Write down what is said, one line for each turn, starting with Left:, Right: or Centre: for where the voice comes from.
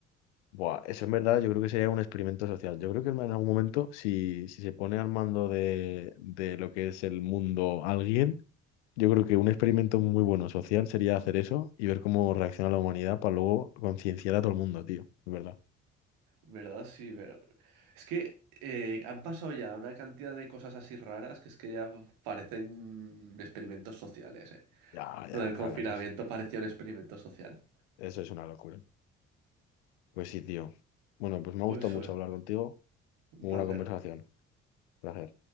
Left: Buah, eso en verdad yo creo que sería un experimento social. Yo creo que en algún momento, si, si se pone al mando de, de lo que es el mundo alguien, yo creo que un experimento muy bueno social sería hacer eso y ver cómo reacciona la humanidad para luego concienciar a todo el mundo, tío. Es verdad.
Right: En verdad, sí, pero... Es que eh, han pasado ya una cantidad de cosas así raras que es que ya parecen experimentos sociales, eh.
Left: Ya, ya,
Right: Lo del confinamiento
Left: la verdad que sí.
Right: parecía un experimento social.
Left: Eso es una locura. Pues sí, tío. Bueno, pues me ha
Right: Pues
Left: gustado
Right: fue
Left: mucho hablar contigo.
Right: un
Left: Muy
Right: placer.
Left: buena conversación. Gracias.